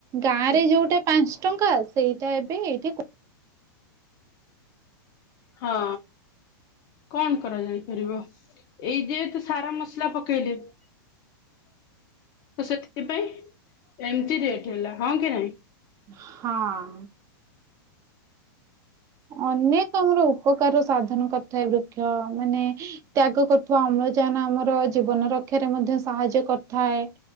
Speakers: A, on the right (about 25°); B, on the left (about 35°).
A: ଗାଁ
B: ହଁ
A: ରେ ଯୋଉଟା ପାଞ୍ଚ ଟଙ୍କା ସେଇଟା ଏବେ ଏଇଠି
B: ହଁ କଣ କରାଯାଇପାରିବ ଏଇ ଯେହେତୁ ସାରା ମସ ଥିଲା ପକେଇଲେ ତ ସେଥିପାଇଁ ଏମିତି ରେଟ ହେଲା ହଁ କି ନାଇଁ
A: ହଁ ଅନେକ ଆମର ଉପ କାର ସାଧନ କରିଥାଏ ବୃକ୍ଷ ମାନେ ତ୍ୟାଗ କରୁଥିବା ଅମ୍ଳଜାନ ଆମର ଜୀବନ ରକ୍ଷା ମଧ୍ୟ ସାହାଯ୍ୟ କରିଥାଏ